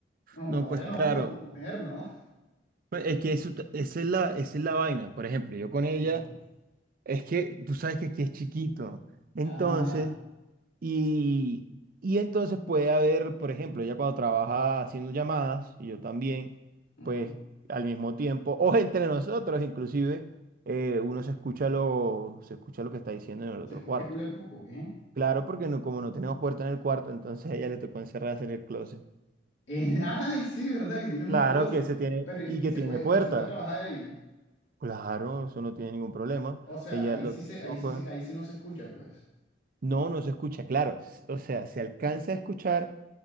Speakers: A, on the left (about 75°); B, on the right (about 50°).
A: No, novia
B: No, pues claro,
A: no, con tu mujer, ¿no?
B: pues es que eso, t- esa es la, esa es la vaina. Por ejemplo, yo con ella
A: Ujú.
B: Es que tú sabes que aquí es chiquito. Entonces,
A: Ajá.
B: y, y entonces puede haber, por ejemplo, ella cuando trabaja haciendo llamadas, y yo también,
A: ujú.
B: pues al mismo tiempo, o entre nosotros inclusive, eh, uno se escucha lo, se escucha lo que está diciendo en el otro
A: Se escucha
B: cuarto.
A: cule poco, ¿qué?
B: Claro, porque no, como no tenemos puerta en el cuarto, entonces a ella le tocó encerrarse en el closet.
A: Eh, <laughs> ay, sí, verdad que tienes
B: Claro
A: un closet.
B: que se tiene,
A: Pero,
B: y
A: y
B: que
A: se
B: tiene
A: puede,
B: puerta.
A: pero se puede trabajar ahí.
B: Claro, eso no tiene ningún problema.
A: O sea,
B: Ella
A: ahí
B: lo
A: sí
B: que
A: se,
B: hicimos
A: ahí sí,
B: fue.
A: ahí sí no se escucha, pues.
B: No, no se escucha, claro. s- O sea, se alcanza a escuchar